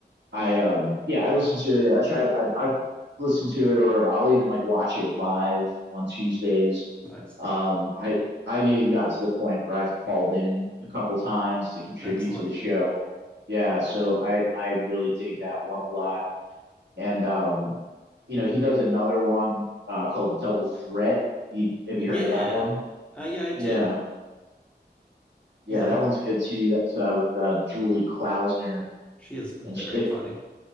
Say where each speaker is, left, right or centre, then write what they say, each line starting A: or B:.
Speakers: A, on the right; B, in the centre.
A: I um yeah, I listen to it. I try I I listen to it or I'll even like watch it live on Tuesdays.
B: Nice.
A: Um I I've even gotten to the point where I've called in a couple times to contribute
B: Excellent.
A: to the show. Yeah, so I I really dig that one a lot. And um you know, he does another one uh called Double Threat. You, have you
B: Yeah.
A: heard of that one?
B: Uh, yeah, I did.
A: Yeah. Yeah,
B: Yeah, I,
A: that one's good too. That's uh with uh Julie Klausner
B: she is very
A: and she, they,
B: funny.